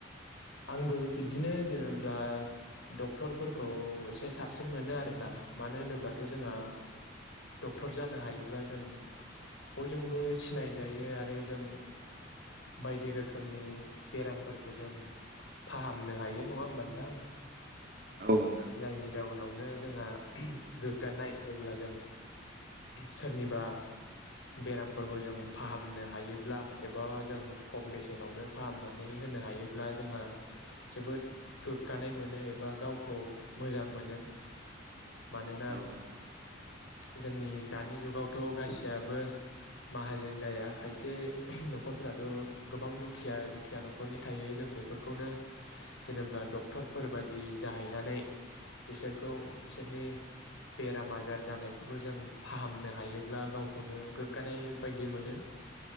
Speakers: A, on the left; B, on the right.
A: आंबो बिदिनो जेनेब्ला डक्टरफोरखौ एसे साबसिन मोनो आरोना मानो होनोब्लाथ' जोंहा डक्टर जानो हायोब्ला जों बयजोंबो सिनायजायो आरो जों बायदि रोखोमनि बेरामफोरखौ जों फाहामनो हायो नङा होमबा नोंथां।
B: औ नोंथां
A: जायनि जाउनावनो जोंहा गोग्गानाय जेब्ला जों सोरनिबा बेरामफोरखौ जों फाहामनो हायोब्ला एबा जों खम बेसेनावनो फाहामनानै होनो हायोब्ला जोंहा जोबोद गोग्गानाय मोनो एबा गावखौ मोजां मोनो मानोना
B: औ नोंथां
A: जोंनि दानि जुगावथ' गासियाबो माहाजोन जाया खायसे न'खरफोराथ' गोबां दुखिया दुखिया न'खरनि थायो जों बेफोरखौनो जेनेब्ला डक्टरफोर बायदि जाहैनानै बिसोरखौ बिसोरनि बेराम आजार जानायफोरखौ जों फाहामनो हायोब्ला गावखौनो गोग्गानाय बायदि मोनो।